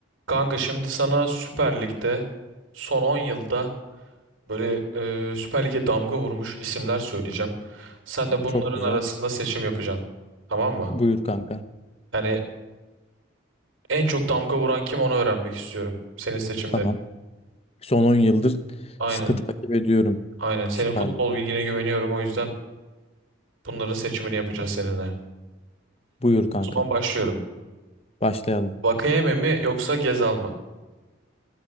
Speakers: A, on the right; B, on the left.
A: Kanka şimdi sana Süper Lig'de son 10 yılda böyle e, Süper Lig'e damga vurmuş isimler söyleyeceğim. Sen de bunların
B: Çok güzel.
A: arasında seçim yapacaksın. Tamam mı?
B: Buyur kanka.
A: Yani en çok damga vuran kim onu öğrenmek istiyorum. Senin seçimlerin.
B: Tamam. Son 10 yıldır
A: Aynen.
B: sıkı takip ediyorum
A: Aynen. Senin
B: Süper
A: futbol
B: Lig'i.
A: bilgine güveniyorum o yüzden bunların seçimini yapacağız seninle.
B: Buyur kanka.
A: O zaman başlıyorum.
B: Başlayalım.
A: Vakayeme mi yoksa Gezal mı?